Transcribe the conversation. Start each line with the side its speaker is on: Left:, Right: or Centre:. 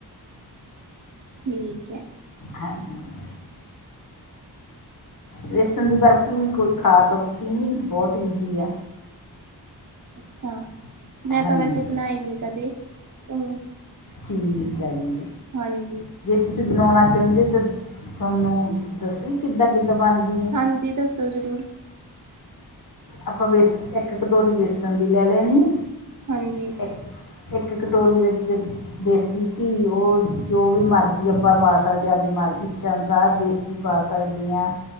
Right: ਠੀਕ ਐ।
Left: ਹਾਂ <unintelligible> ਵੇਸਨ ਦੀ ਬਰਫ਼ੀ ਵੀ ਕੋਈ ਖਾਸ ਔਖੀ ਨੀ ਬੋਤ ਈਜ਼ੀ ਆ।
Right: ਅੱਛਾ ਮੈਂ
Left: ਹਾਂਜੀ
Right: ਤਾਂ ਵੈਸੇ ਬਣਾਈ ਨੀ ਕਦੇ ਹ
Left: ਠੀਕ ਐ ਜੀ।
Right: ਹਾਂਜੀ।
Left: ਤੁਸੀ ਬਣਾਉਣਾ ਚਾਹੁੰਦੇ ਤਾਂ, ਥੋਨੂੰ ਦੱਸੀਏ ਕਿੱਦਾਂ-ਕਿੱਦਾਂ ਬਣਦੀ ਹੈ
Right: ਹਾਂਜੀ, ਦੱਸੋ ਜ਼ਰੂਰ।
Left: ਆਪਾਂ ਵੇਸ, ਇੱਕ ਕਟੋਰੀ ਬੇਸਣ ਦੀ ਲੈ ਲੈਣੀ।
Right: ਹਾਂਜੀ।
Left: ਇੱਕ, ਇੱਕ ਕਟੋਰੀ ਵਿੱਚ ਦੇਸੀ ਘੀ ਉਹ ਜੋ ਵੀ ਮਰਜ਼ੀ ਆਪਾਂ ਪਾ ਸਕਦੇ ਆ, ਉਹਦੀ ਮਰਜ਼ ਇੱਛਾ ਅਨੁਸਾਰ ਦੇਸੀ ਪਾ ਸਕਦੀ ਆਂ।